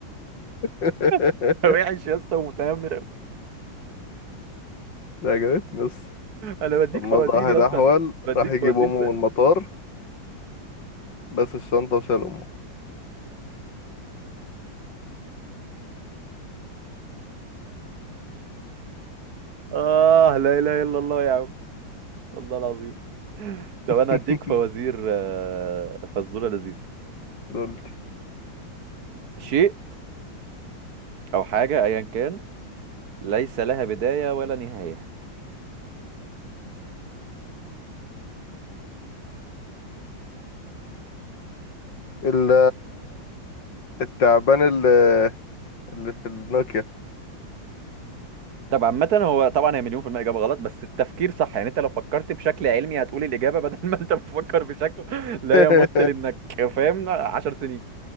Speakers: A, on the left; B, on the right.
A: <laughs>
B: <laughs> وحش يا اسطى ومتنمر أوي.
A: ده عجبتني بس
B: انا بديك
A: طب مرة
B: فوازير
A: واحد
B: يا
A: أحول
B: اسطى بديك
A: راح يجيب
B: فوازير
A: أمه
B: ثاني
A: من المطار بس الشنطة وشال أمه
B: آه لا إله إلا الله يا عم والله العظيم طب
A: <laughs>
B: أنا أديك فوازير آه، فزورة لذيذة
A: دول
B: شيء أو حاجة أيا كان ليس لها بداية ولا نهاية
A: ال التعبان اللي اللي في النوكيا
B: طب عامة هو طبعا هي مليون في المية إجابة غلط بس التفكير صح يعني أنت لو فكرت بشكل علمي هتقول الإجابة بدل ما أنت <laughs> بتفكر بشكل لا
A: <laughs>
B: يمت لأنك فاهم عشر سنين